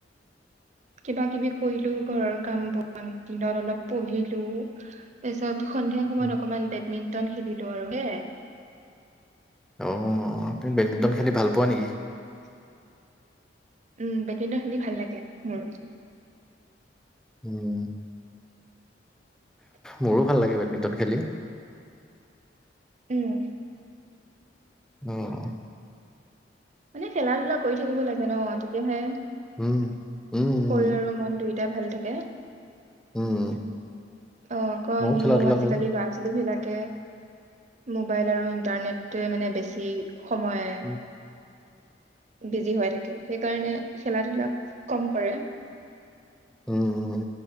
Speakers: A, on the right (about 40°); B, in the centre.
A: কিবা কিবি কৰিলো ঘৰৰ কাম দিনত অলপ পঢ়িলো তাৰপিছত। সন্ধিয়া সময়ত
B: উম,
A: অকণমান বেডমিনটন। খেলিলো আৰু হেই।
B: অ তুমি বেডমিণ্টন খেলি ভাল পোৱা নেকি।
A: উম বেডমিণ্টন খেলি ভাল লাগে মোৰ।
B: উম মোৰো ভাল লাগে বেডমিণ্টন খেলি।
A: উম
B: উম
A: মানে। খেলা ধূলা কৰি থাকিব লাগে ন তেতিয়াহে
B: উম উম
A: শৰীৰ
B: উম
A: আৰু মন দুই। তেতিয়া ভাল থাকে
B: উম
A: অ অকনিও
B: ময়ো খেলা ধূলা
A: আজিকালি
B: কৰো
A: ল'ৰা ছোৱালী বিলাক মোবাইল আৰু ইণ্টাৰনেটটোৱে মানে বেছি। সময়ে।
B: উম
A: বিজি হৈ থাকে সেইকাৰণে খেলা ধূলা কম কৰে।
B: উম উম।